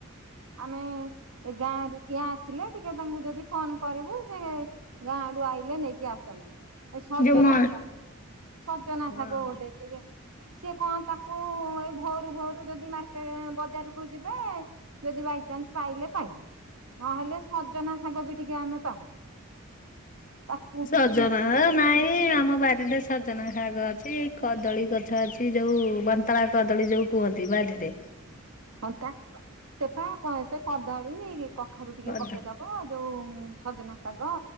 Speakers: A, on the right; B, on the left.
A: ଆମେ ଏ ଗାଁ ରୁ କିଏ ଆସିଲେ ଟିକେ ତାଙ୍କୁ ଯଦି ଫୋନ କରିବୁ ସେ ଗାଁ ରୁ ଆ ନେଇକି ଆସନ୍ତି, ଏ ସଜନା
B: ଯୋଉ ମ
A: ଶାଗ ସଜନା
B: ହଁ
A: ଶାଗ ଗୋଟେ। ସିଏ କଣ ତାକୁ ଏଇ ଭୋରୁ ଭୋରୁ ଯଦି ମାର୍କେଟ ବଜାରକୁ ଯିବେ ଯଦି ଭାଇ ପାଇଲେ ପାଇଲେ ନହେଲେ ସଜନା ଶାଗ ବି ଟିକେ ଆମେ ପାଉନୁ। ତାକୁ
B: ସଜନା ନାଇଁ। ଏ ଆମ ବାରରେ ସଜନା ଶାଗ ଅଛି, କଦଳୀ ଗଛ ଅଛି ଯୋଉ ବନ୍ତଳା କଦଳୀ ଯୋଉ କୁଆନ୍ତି ବାଜିରେ।
A: ହ ତା ସେପା କ ସେ କଦଳୀ କଖାରୁ
B: କଣ
A: ଟିକେ ପକେଇଦବା ଯୋଉ ସଜନା ଶାଗ